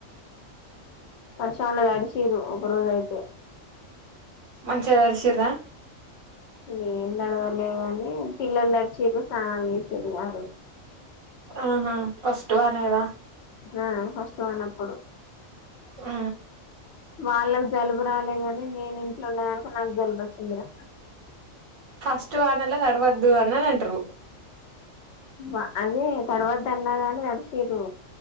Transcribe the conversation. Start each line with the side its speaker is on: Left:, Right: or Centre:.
Left: పర్శాన్ల తడిశీరు ఒక రోజైతే
Right: మంచిగ తడ్శిర్రా
Left: ఏం దడవలే గానీ పిల్లల్ దడ్చిర్రు స్నానాల్ చేసిర్రు ఆ రోజు
Right: ఆహా ఫస్ట్ వానద
Left: ఆ ఫష్ట్ వానప్పుడు
Right: ఊ
Left: వాళ్ళ జలుబు రాలే గాని నేను ఇంట్లో ఉన్నదానికి నాకు జలుబు ఒచ్చిందిరా
Right: ఫస్ట్ వానల దడవద్దు అని అనంటరు
Left: వ అదే తడవద్దు అన్నాగాని దడిసిరు